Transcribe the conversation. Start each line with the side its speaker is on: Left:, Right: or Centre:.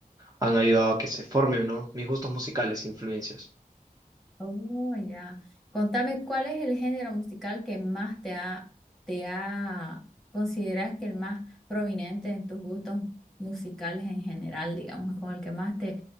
Right: han ayudado a que se formen, ¿no? Mis gustos musicales, influencias.
Centre: Oh, ya. Contame, ¿cuál es el género musical que más te ha, te ha, consideras que el más prominente en tus gustos musicales en general, digamos, con el que más te,